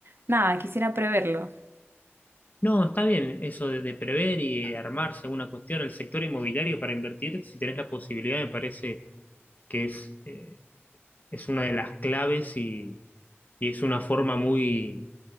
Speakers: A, on the right (about 60°); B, on the left (about 40°).
A: nada, quisiera preverlo.
B: No, está bien eso de, de prever y armarse una cuestión. El sector inmobiliario para invertir, si tenés la posibilidad, me parece que es, eh, es una de las claves y, y es una forma muy,